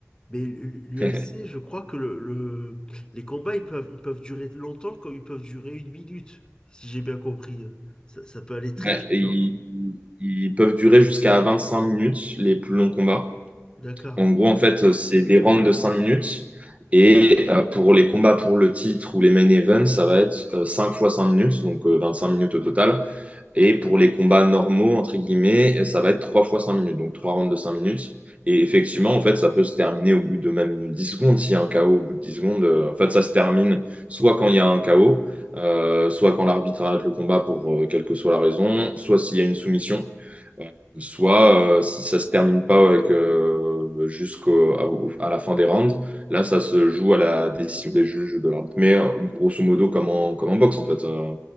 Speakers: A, on the left (about 15°); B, on the right (about 25°).
A: Mais l'UFC,
B: <laughs>
A: je crois que le, le- les combats, ils peuvent, ils peuvent durer longtemps comme ils peuvent durer une minute, si j'ai bien compris. Ça, ça peut aller très
B: Ouais,
A: vite,
B: et ils,
A: non?
B: ils peuvent durer jusqu'à 25 minutes, les plus longs combats.
A: D'accord.
B: En gros, en fait, c'est des rounds de 5 minutes. Et euh, pour les combats pour le titre ou les main events, ça va être euh, 5 fois 5 minutes, donc euh, 25 minutes au total. Et pour les combats normaux, entre guillemets, ça va être 3 fois 5 minutes, donc 3 rounds de 5 minutes. Et effectivement, en fait, ça peut se terminer au bout de même 10 secondes. S'il y a un KO au bout de 10 secondes, euh, en fait, ça se termine soit quand il y a un KO, euh, soit quand l'arbitre arrête le combat pour euh, quelle que soit la raison, soit s'il y a une soumission. Euh, Soit euh, si ça se termine pas avec euh, jusqu'au à, au- à la fin des rounds, là ça se joue à la décision des juges de l'arbitre. Mais euh, grosso modo comme en, comme en boxe en fait, euh,